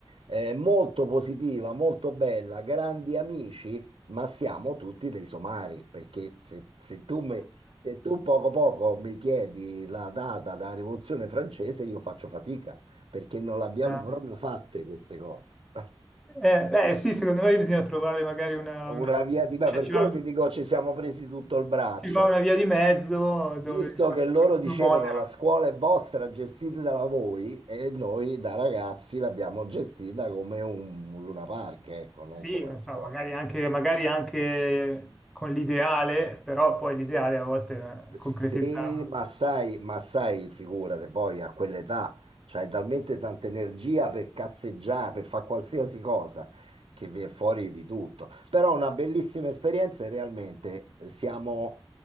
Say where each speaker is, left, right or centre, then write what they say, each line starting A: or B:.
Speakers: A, on the right (about 80°); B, in the centre.
A: Eh, molto positiva, molto bella, grandi amici, ma siamo tutti dei somari, perché se, se tu, me- se tu poco poco mi chiedi la data della Rivoluzione francese, io faccio fatica, perché non l'abbiamo
B: <laughs>
A: proprio fatte queste cose. <laughs>
B: Eh, beh, sì, secondo me bisogna trovare magari una,
A: Una
B: una-
A: via di me,
B: cioè,
A: per
B: ci
A: quello
B: va,
A: ti dico ci siamo presi tutto il braccio.
B: ci va una via di mezzo
A: Visto
B: dove diciamo,
A: che loro dicevano
B: uno modera.
A: la scuola è vostra, gestita da voi, e noi da ragazzi l'abbiamo gestita come un, un Luna Park, ecco, non
B: Sì,
A: come
B: non
A: una
B: so,
A: scuola.
B: magari anche, magari anche con l'ideale, però poi l'ideale a volte è
A: Sì,
B: concretizzarlo.
A: ma sai, ma sai, figurate, poi a quell'età c'hai talmente tanta energia per cazzeggiare, per fare qualsiasi cosa, che viene fuori di tutto. Però una bellissima esperienza e realmente eh, siamo